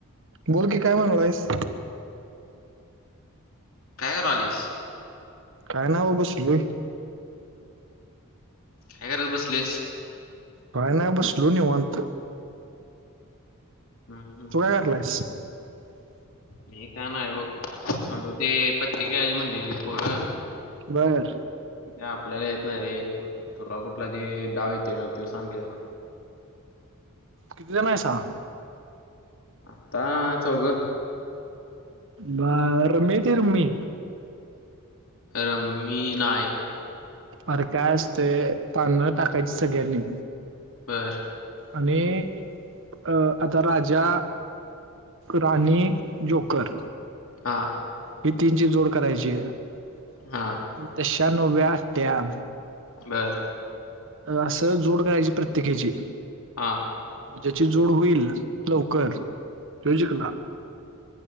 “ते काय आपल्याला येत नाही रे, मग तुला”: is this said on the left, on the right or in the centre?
Left